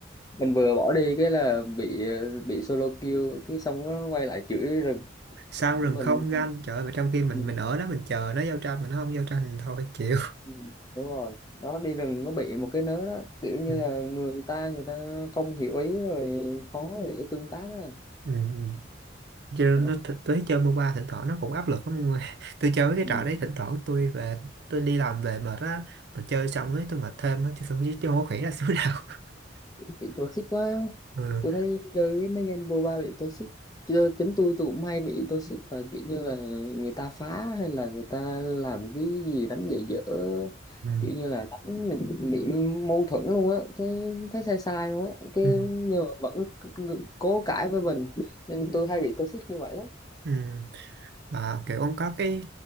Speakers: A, on the left; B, on the right.
A: mình vừa bỏ đi cái là bị ờ, bị solo kill cái xong nó quay lại chửi rừng
B: sao
A: mình
B: rừng không ganh trời ơi mà trong khi mình
A: ừ,
B: mình ở đó mình chờ nó giao tranh mà nó không giao tranh thôi chịu
A: ừ, đúng rồi đó đi rừng nó bị một cái nớ đó kiểu như
B: Ừ.
A: là người ta người ta không hiểu ý rồi khó để tương tác đó
B: Ừ. ừ. Chứ
A: Ờ,
B: nó thực tế chơi MOBA thỉnh thoảng nó cũng áp lực lắm mọi người. <laughs> Tôi chơi cái
A: Ừ.
B: trò đấy thỉnh thoảng tôi về tôi đi làm về mệt á mà chơi xong ấy tôi mệt thêm á chứ không chứ không có khỉ ra xíu nào. <laughs>
A: bị toxic quá
B: Ừ.
A: tôi thấy chơi cái mấy game MOBA bị toxic chơi chính tôi tôi cũng hay bị toxic và kiểu như là người ta phá hay là người ta làm cái gì đánh dạy dở
B: Ừ.
A: kiểu như là đánh bị mâu thuẫn luôn á thấy thấy sai sai luôn á cái
B: Ừ.
A: nhưng mà vẫn c- c- cố cãi với mình nên tôi hay bị toxic như vậy lắm
B: Ừ. Mà kiểu ông có cái